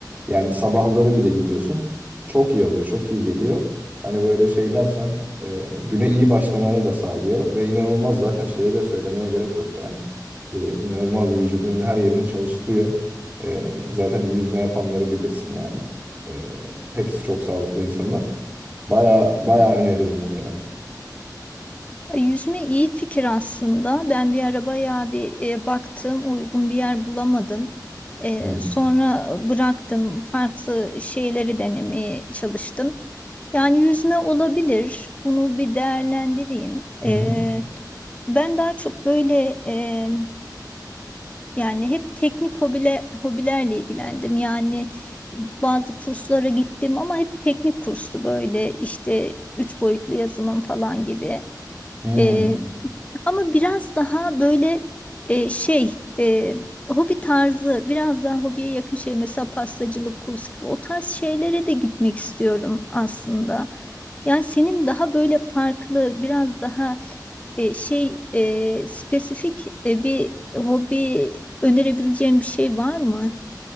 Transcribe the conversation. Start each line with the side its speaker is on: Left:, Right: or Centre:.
Right: Yani sabahları bir de gidiyorsun. Çok iyi oluyor, çok iyi geliyor. Hani böyle şey dersen e, güne iyi başlamanı da sağlıyor ve inanılmaz zaten şeye de söylemeye gerek yok yani. E, inanılmaz vücudunun her yerini çalıştırıyor. E, zaten yüzme yapanları bilirsin yani. E, hepsi çok sağlıklı insanlar. Baya baya öneririm onu yani.
Left: E, Yüzme iyi fikir aslında. Ben bir ara bayağı bir e, baktım, uygun bir yer bulamadım. E,
Right: Hmm.
Left: sonra bıraktım, farklı şeyleri denemeye çalıştım. Yani yüzme olabilir. Bunu bir değerlendireyim.
Right: Hı
Left: E,
Right: hı.
Left: ben daha çok böyle e, Yani hep teknik hobile, hobilerle ilgilendim. Yani bazı kurslara gittim ama hep teknik kurstu böyle işte üç boyutlu yazılım falan gibi.
Right: Hmm.
Left: Ee, ama biraz daha böyle e, şey e, hobi tarzı biraz daha hobiye yakın şey mesela pastacılık kursu gibi o tarz şeylere de gitmek istiyorum aslında. Yani senin daha böyle farklı biraz daha e, şey e, spesifik e, bir hobi önerebileceğin bir şey var mı?